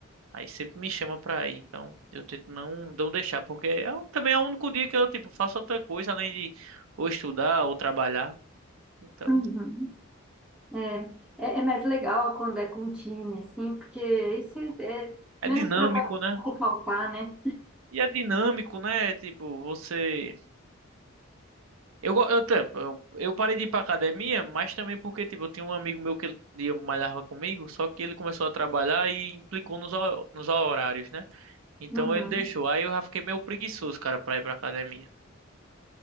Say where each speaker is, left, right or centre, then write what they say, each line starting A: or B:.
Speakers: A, on the right; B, in the centre.
A: aí sempre me chama pra ir, então eu tento não, não deixar, porque é, o- também é o único dia que eu, tipo, faço outra coisa além de ou estudar ou trabalhar, então
B: Uhum. É, é, é mais legal quando é com um time, assim, porque isso é, é
A: é
B: menos
A: dinâmico,
B: provável
A: né?
B: de faltar, né?
A: E é dinâmico, né? Tipo, você. Eu, go- eu, te- eu, eu parei de ir pra academia, mas também porque, tipo, eu tinha um amigo meu que ele ele malhava comigo, só que ele começou a trabalhar e implicou nos, hor- nos horários, né? Então
B: Uhum,
A: ele deixou. Aí eu já fiquei meio preguiçoso, cara, pra ir pra academia.